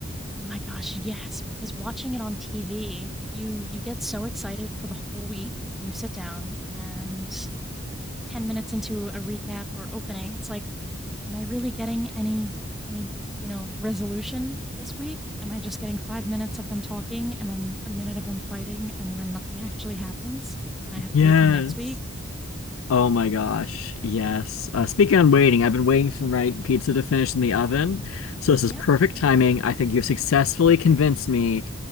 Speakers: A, in the centre; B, on the left (about 80°).
A: Oh my gosh, yes, because watching it on TV, you you get so excited for the whole week and you sit down and 10 minutes into a recap or opening, it's like, am I really getting any any, you know, resolution this week? Am I just getting 5 minutes of them talking and then a minute of them fighting and then nothing actually happens and then I have
B: Yes.
A: to wait till next week?
B: Oh my gosh. Yes. Uh, speaking on waiting, I've been waiting for my pizza to finish in the oven. So this is
A: Yeah.
B: perfect timing. I think you've successfully convinced me